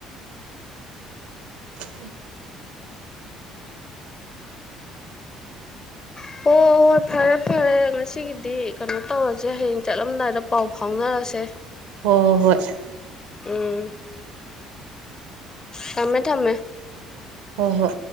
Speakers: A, on the right; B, on the left.
A: <inaudible>
B: <unintelligible> ꯍꯣꯏ ꯐꯔꯦ ꯐꯔꯦ ꯉꯁꯤꯒꯤꯗꯤ ꯀꯩꯅꯣ ꯇꯧꯔꯁꯦ ꯍꯌꯦꯡ ꯆꯠꯂꯝꯗꯥꯏꯗ ꯄꯥꯎ ꯐꯥꯎꯅꯔꯁꯦ
A: ꯍꯣꯏ ꯍꯣꯏ ꯍꯣꯏ
B: ꯎꯝ ꯊꯝꯃꯦ ꯊꯝꯃꯦ
A: ꯍꯣꯏ ꯍꯣꯏ